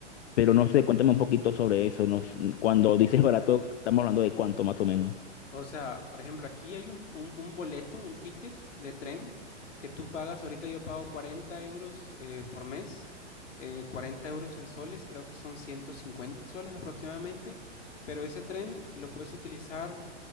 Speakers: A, on the left; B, on the left.
A: pero no sé, cuéntame un poquito sobre eso, no s- cuando dices barato, estamos hablando de cuánto más o menos.
B: O sea, por ejemplo, aquí hay un, un- un boleto, un ticket de tren que tú pagas. Ahorita yo pago 40 euros eh, por mes, eh, 40 euros en soles, creo que son 150 soles aproximadamente. Pero ese tren lo puedes utilizar